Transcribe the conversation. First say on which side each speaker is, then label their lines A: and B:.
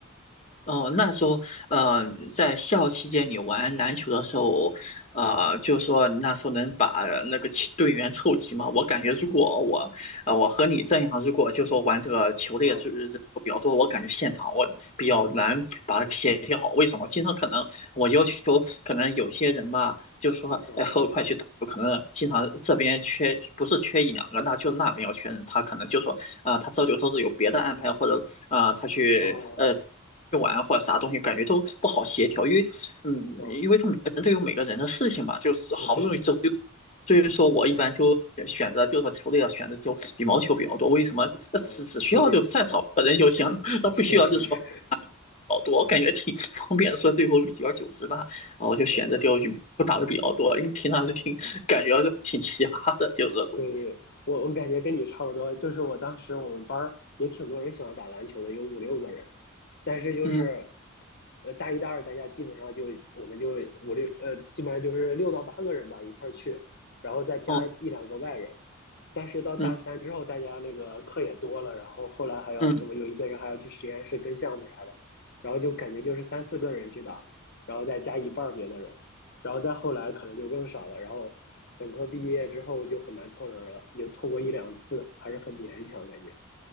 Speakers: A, on the left; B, on the left.
A: 哦，那时候，呃，在校期间你玩篮球的时候，呃，就说你那时候能把那个齐队员凑齐吗？我感觉如果我，呃，我和你这样，如果就说玩这个球类是是比较多，
B: 啊
A: 我感觉现场我比较难把它协调好。为什么？经常可能我要求，可能有些人吧，就说，
B: 啊
A: 哎，和我一块去打球，可能经常这边缺，不是缺一两个，那就那边要缺人，他可能就说，啊、他周六周日有别的安排，或者啊、他去呃。
B: 啊
A: 玩或者啥东西，感觉都不好协调，因为，嗯，
B: 啊
A: 因为他每个人都有每个人的事情嘛，就是好不容易周六，
B: 啊，对对，
A: 所以说我一般就选择，
B: 嗯
A: 就是说球队啊，选择就羽毛球比较多。为什么？呃只只需要就再找一个人就行，
B: 嗯，对对，
A: 那不需要就是说啊
B: 是是是，
A: 好多，我感觉挺方便的说最后久而久之吧，然后就选择就羽毛球打的比较多，
B: 嗯
A: 因为平常是挺感觉就挺奇葩的，就这种，
B: 对对对，我我感觉跟你差不多，就是我当时我们班儿也挺多人喜欢打篮球的，有五六个人，但是就是，
A: 嗯，
B: 呃，大一大二大家基本上就我们就五六呃，基本上就是六到八个人吧一块儿去，然后再加一两个外人，
A: 哦，
B: 但是到大三之后，
A: 嗯
B: 大家那个课也多了，然后后来还要什么，
A: 嗯。
B: 有一些人还要去实验室跟项目啥的，然后就感觉就是三四个人去打，然后再加一半儿别的人，然后再后来可能就更少了。然后本科毕业之后就很难凑人了，也凑过一两次，还是很勉强感觉。